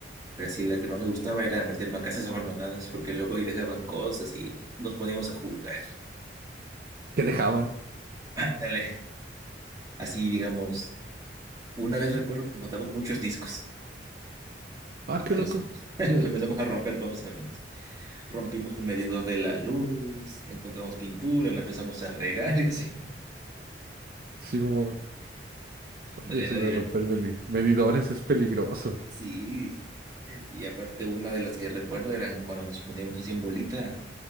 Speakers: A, on the right; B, on the right.
A: Pero sí, la que más me gustaba era meterme a casas abandonadas, porque luego ahí dejaban cosas y nos poníamos a jugar.
B: que dejaban.
A: <laughs> Ándale. Así, digamos, una vez recuerdo que encontramos muchos discos
B: Ah,
A: y
B: qué
A: ya
B: loco.
A: los, em- <laughs> los empezamos a romper con mis amigos. Rompimos un medidor de la luz, encontramos pintura, la empezamos a regar <laughs> y así.
B: Sí, como,
A: Ándale,
B: y eso
A: era
B: de
A: divertido.
B: romper meli- medidores es peligroso.
A: Sí. Y aparte, una de las que recuerdo eran cuando nos poníamos así en bolita